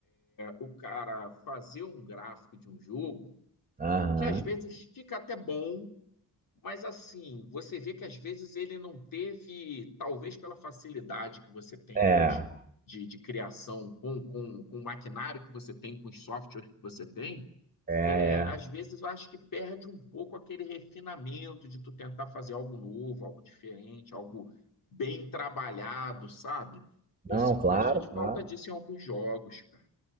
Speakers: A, on the left; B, on the right.
A: o cara fazer um gráfico de um jogo
B: Aham.
A: que às vezes fica até bom, mas assim, você vê que às vezes ele não teve, talvez pela facilidade que você tem
B: É,
A: hoje de, de criação com, com, com o maquinário que você tem, com os softwares que você tem,
B: é, é.
A: é, às vezes eu acho que perde um pouco aquele refinamento de tu tentar fazer algo novo, algo diferente, algo bem trabalhado, sabe?
B: Não,
A: Eu sinto
B: claro,
A: bastante
B: claro.
A: falta disso em alguns jogos, cara.